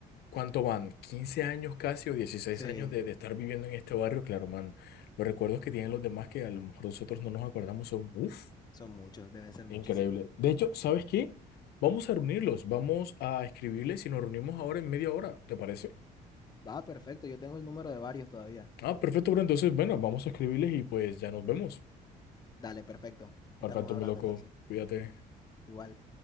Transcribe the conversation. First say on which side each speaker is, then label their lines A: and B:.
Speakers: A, on the left; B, on the left.
A: ¿cuánto van? quince años casi o dieciséis
B: Sí,
A: años de, de estar viviendo en este barrio? Claro, man, los recuerdos que tienen los demás que a lo mejor nosotros no nos acordamos son, uff,
B: son muchos, deben ser muchísimos.
A: increíble. De hecho, ¿sabes qué? Vamos a reunirlos, vamos a escribirles y nos reunimos ahora en media hora, ¿te parece?
B: Va, perfecto, yo tengo el número de varios todavía.
A: Ah, perfecto, bro, entonces, bueno, vamos a escribirles y pues ya nos vemos.
B: Dale, perfecto.
A: Perfecto,
B: Estamos hablando
A: mi loco,
B: entonces.
A: cuídate.
B: Igual.